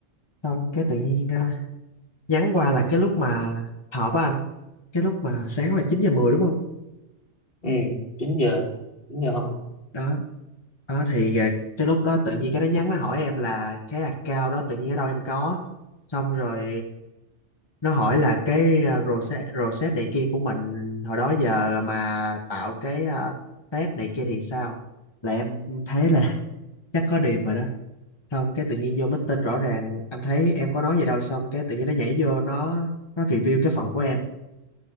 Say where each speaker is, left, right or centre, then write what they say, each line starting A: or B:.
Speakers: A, on the left; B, on the left.
A: xong cái tự nhiên à, nhắn qua là cái lúc mà họp á anh cái lúc mà sáng là 9 giờ 10 đúng không
B: Ừ, 9 giờ. 9 giờ hả?
A: đó đó thì à, cái lúc đó tự nhiên cái nó nhắn nó hỏi em là cái account đó tự nhiên ở đâu em có xong rồi nó hỏi là cái à, rosette rosette này kia của mình hồi đó giờ mà tạo cái à, test này kia thì sao là em thấy là <laughs> chắc có điểm rồi đó xong cái tự nhiên vô meeting rõ ràng anh thấy em có nói gì đâu xong cái tự nhiên nó nhảy vô nó nó review cái phần của em